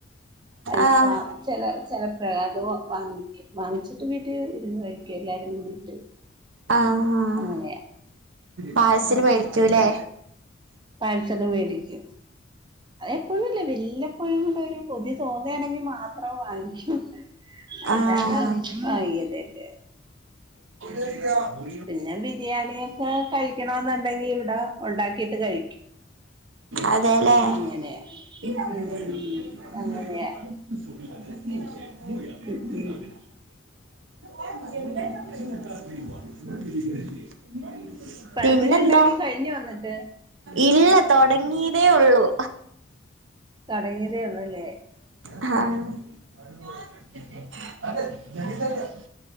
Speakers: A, on the right; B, on the right.
A: അൽഫാമ്
B: ആഹ്
A: ചില ചിലപ അത് വാങ്ങും. വാങ്ങിച്ചിട്ട് വീട്ടിൽ ഇരുന്ന് കഴിക്കും എല്ലാരും കൂടിട്ട്.
B: അ ആഹ്,
A: അങ്ങനെയാ
B: പായ്സൽ മേടിചൂലെ?
A: പായ്സല് മേടിക്കും. അത എപ്പോഴും ഇല്ല. വല്ലപ്പോഴും ക ഒരു കൊതി തോന്നയാണെങ്കി മാത്രം വാങ്ങിക്കും. അല്ലാതെ
B: ആഹ്
A: വാങ്ങലില്ല
B: <unintelligible>
A: പിന്നെ ബിരിയാണി ഒക്കെ കഴിക്കണ എന്നുണ്ടെങ്കി ഇവിടെ ഉണ്ടാക്കിട്ട് കഴിക്കും.
B: അതെലെ?
A: അങ്ങനെയാ
B: <unintelligible>
A: ഉം അങ്ങനെയാ ഉം ഉം
B: <unintelligible>
A: പഴംപൊരി
B: പിന്നെന്താ?
A: ഉണ്ടാക്കി കഴിഞ്ഞോ എന്നിട്ട്
B: ഇല്ല, തൊടങ്ങിതേ ഉള്ളൂ.
A: തുടങ്ങിയതേള്ല്ലേ.
B: ആഹ്.